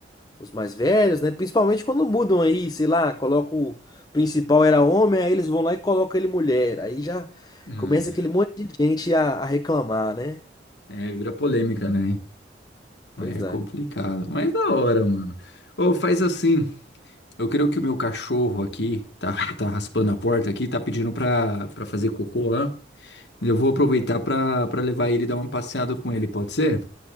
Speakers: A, on the left; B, on the left.
A: os mais velhos, né? Principalmente quando mudam aí, sei lá, coloca o principal era homem, aí eles vão lá e colocam ele mulher. Aí já
B: Hum,
A: começa aquele monte de gente a, a reclamar, né?
B: É, vira polêmica, né?
A: Pois
B: É complicado.
A: é.
B: Mas da hora, mano. Ou faz assim. Eu creio que o meu cachorro aqui tá, tá raspando a porta aqui, tá pedindo pra, pra fazer cocô lá. Eu vou aproveitar
A: Hum.
B: pra, pra levar ele e dar uma passeada com ele, pode ser?